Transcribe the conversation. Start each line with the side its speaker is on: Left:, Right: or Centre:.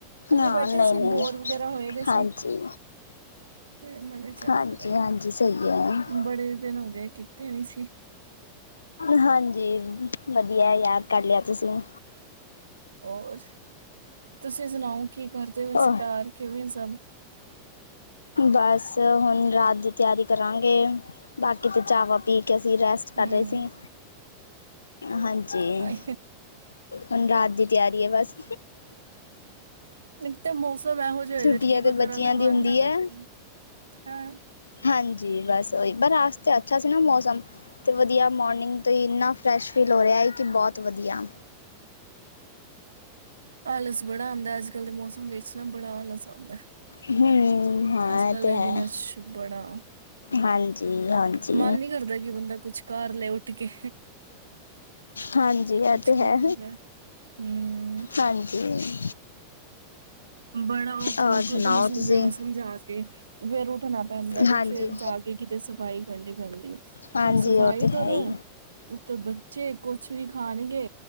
Right: ਕੱਲੀ
Left: ਨਾ
Right: ਬੈਠੇ
Left: ਨਹੀਂ
Right: ਸੀ
Left: ਨਹੀਂ
Right: ਬੋਰ ਵਗੈਰਾ ਹੋਏ ਰਹੇ ਸੀ
Left: ਹਾਂਜੀ
Right: ਫਿਰ ਮੈਂ ਕਿਹਾ ਚੱਲ
Left: ਹਾਂਜੀ
Right: ਕਰਾਂ
Left: ਹਾਂਜੀ ਸਹੀ ਹੈ
Right: ਬੜੇ ਦਿਨ ਹੋ ਗਏ ਕੀ ਤੀ ਨੀ ਸੀ।
Left: ਹਾਂਜੀ ਵਧੀਆ ਯਾਦ ਕਰ ਲਿਆ ਤੁਸੀਂ
Right: ਹੋਰ ਤੁਸੀਂ ਸੁਣਾਓ ਕੀ ਕਰਦੇ ਹੋ
Left: ਹੋਰ
Right: ਘਰ ਕਿਵੇਂ ਸਭ
Left: ਬਸ ਹੁਣ ਰਾਤ ਦੀ ਤਿਆਰੀ ਕਰਾਂਗੇ। ਬਾਕੀ ਤੇ ਚਾਵਾ ਪੀ ਕੇ ਅਸੀਂ ਰੈਸਟ ਕਰ
Right: ਹੂੰ
Left: ਰਹੇ ਸੀ। ਹਾਂਜੀ,
Right: ਹਾਏ
Left: ਹੁਣ ਰਾਤ ਦੀ ਤਿਆਰੀ ਐ ਬਸ।
Right: ਇਕ ਤੇ ਮੌਸ ਮੌਸਮ ਇਹੋ ਜਿਹੇ ਹੋਏ
Left: ਛੁੱਟੀਆਂ
Right: ਦੇ ਕਿ
Left: ਤੇ
Right: ਕੁਝ
Left: ਬੱਚਿਆਂ
Right: ਕਰਨ ਦਾ ਮਨ
Left: ਦੀ ਹੁੰਦੀ
Right: ਨਹੀਂ ਕਰਦਾ।
Left: ਹੈ ਹਾਂਜੀ ਬਸ ਉਹੀ ਪਰ ਅਜ ਤੇ ਅੱਛਾ ਸੀ ਨਾ ਮੌਸਮ ਤੇ ਵਧੀਆ ਮੋਰਨਿੰਗ ਤੋਂ ਹੀ ਇੰਨਾ ਫਰੈਸ਼ ਫੀਲ ਹੋ ਰਿਹਾ ਸੀ, ਕਿ ਬਹੁਤ ਵਧੀਆ।
Right: ਆਲਸ ਬੜਾ ਆਂਦਾ, ਅੱਜ ਕੱਲ ਦੇ ਮੌਸਮ ਵਿੱਚ ਨਾ ਬੜਾ ਆਲਸ ਆਂਦਾ।
Left: ਹੂੰ ਹਾਂ
Right: ਅੱਜ-ਕੱਲ
Left: ਇਹ ਤੇ
Right: ਦੇ
Left: ਹੈ
Right: ਦਿਨਾਂ ਚ ਬੜਾ
Left: ਹਾਂਜੀ, ਹਾਂਜੀ,
Right: ਮਨ ਨੀ ਕਰਦਾ ਕਿ ਬੰਦਾ ਕੁੱਛ ਕਰ ਲੇ ਉਠ ਕੇ
Left: ਹਾਂਜੀ ਇਹ
Right: ਕੁਛ
Left: ਤੇ
Right: ਨੀ
Left: ਹੈ,
Right: ਹੁੰਦਾ ਹੂੰ
Left: ਹਾਂਜੀ।
Right: ਬੜਾ ਔਖਾ
Left: ਔਰ ਸੁਣਾਓ
Right: ਖੁੱਦ ਨੂੰ ਸਮਝਾ-
Left: ਤੁਸੀਂ?
Right: ਸਮਝਾ ਕੇ ਫੇਰ ਓਹ ਰੱਖਣਾ ਪੈਂਦਾ ਬਈ
Left: ਹਾਂਜੀ,
Right: ਫੇਰ ਜਾ ਕੇ ਕਿਤੇ ਸਫ਼ਾਈ ਕਰਨੀ ਪੈਂਦੀ ਏ,
Left: ਹਾਂਜੀ
Right: ਹੁਣ ਸਫ਼ਾਈ
Left: ਉਹ ਤੇ
Right: ਕਰੋ
Left: ਹੈ ਹੀ।
Right: ਉਤੋਂ ਬਚ ਬੱਚੇ ਕੁਛ ਵੀ ਖਾਣਗੇ,